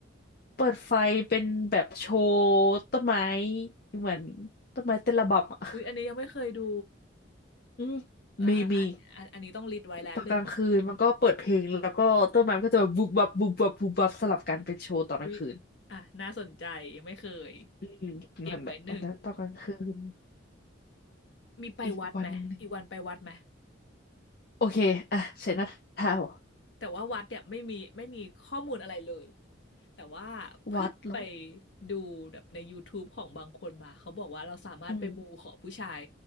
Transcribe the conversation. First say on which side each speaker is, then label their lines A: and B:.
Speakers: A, on the left (about 50°); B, on the left (about 65°).
A: เปิดไฟเป็นแบบโชว์ต้นไม้เหมือนต้นไม้เต้นระบำอ่ะ
B: อุ๊ย อันนี้ยังไม่เคยดู
A: อืม
B: เอออ่ะอันอันอันนี้ต้องลิสต์ไว้แล้วหนึ่ง
A: มีมีตอนกลางคืนมันก็เปิดเพลงแล้วก็ต้นไม้มันก็จะแบบบุบบับบุบบับบุบบับสลับกันเป็นโชว์ตอนกลางคืน
B: อุ๊ยอ่ะน่าสนใจยังไม่เคย
A: อืมนั่นแหละอันนั้นตอนกลางคืน
B: เก็บไว้หนึ่ง มีไปวัดไหมอีกวันไปวัดไหม
A: อีกวันหนึ่งโอเคอ่ะเสร็จแล้วทาว
B: แต่ว่าวัดเนี่ยไม่มีไม่มีข้อมูลอะไรเลย แต่ว่าเพิ่งไป
A: วัดแล้ว
B: ดูแบบใน YouTube ของบางคนมาเขาบอกว่าเราสามารถไปมูขอผู้ชาย
A: อืม